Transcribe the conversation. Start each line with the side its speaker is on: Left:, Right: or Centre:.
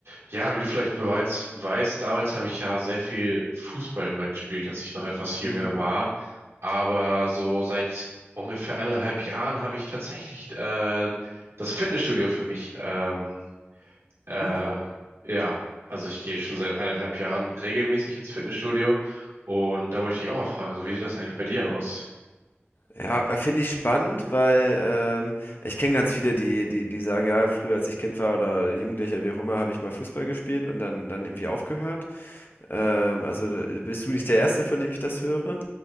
Right: Ja, wie du vielleicht bereits weißt, damals habe ich ja sehr viel Fußball immer gespielt, als ich noch etwas jünger
Left: Mhm.
Right: war. Aber so seit ungefähr eineinhalb Jahren habe ich tatsächlich äh, das Fitnessstudio für mich. Ähm, äh,
Left: Hm.
Right: ja, also ich gehe schon seit eineinhalb Jahren regelmäßig ins Fitnessstudio. Und da wollte ich dich auch mal fragen, so wie sieht das eigentlich bei dir aus?
Left: Ja, äh, finde ich spannend, weil ähm, ich kenne ganz viele, die, die, die sagen, ja, früher als ich Kind war oder Jugendlicher, wie auch immer, habe ich mal Fußball gespielt und dann, dann irgendwie aufgehört. Ähm, also da bist du nicht der Erste, von dem ich das höre.